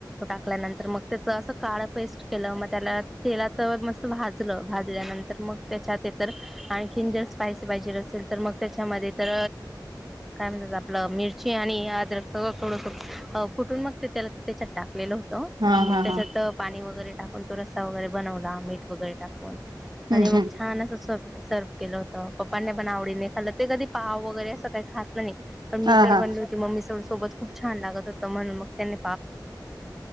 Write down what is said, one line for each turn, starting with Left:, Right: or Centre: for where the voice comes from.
Centre: टाकल्यानंतर मग त्याच असं काळं पेस्ट केलं मग त्याला तेला तर मस्त भाजलं भाजल्यानंतर तर मग त्याच्यात तर आणखीन जर स्पायसी पाहिजे असेल तर मग त्याच्यामध्ये तर काय म्हणतात आपलं मिरची आणि अदरक सगळं थोडंस कुठून मग ते त्या त्याच्यात टाकलेलं होत आणि
Right: हा
Centre: मग
Right: हा
Centre: त्याच्यात
Right: हा
Centre: पाणी वगैरे टाकून तो रस्ता वगैरे बनवला मीठ वगैरे टाकून
Right: हम्म
Centre: आणि मग
Right: हम्म
Centre: छान अस सर्व केलं होत प्पाने पण आवडीने खाल् ते कधी पाव वगैरे खात नाही मि
Right: हा हा
Centre: बली म सोबत खूप छान लागत होतं म्हण मग त्यानी